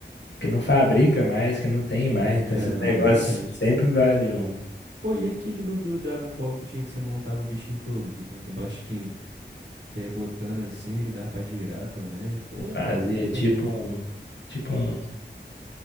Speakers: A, on the left; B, on the right.
A: que não fabrica mais, que não tem mais. Então
B: É,
A: esses
B: não,
A: negócios
B: realmente.
A: sempre valiam.
B: Pô, e aquele do, do Dragon Ball que tinha que você montava o bichinho todo, de, com, com plastiquinho? Você ia botando assim, que dava pra girar também. Pô,
A: Você fazia
B: é maneirinho também.
A: tipo um tipo um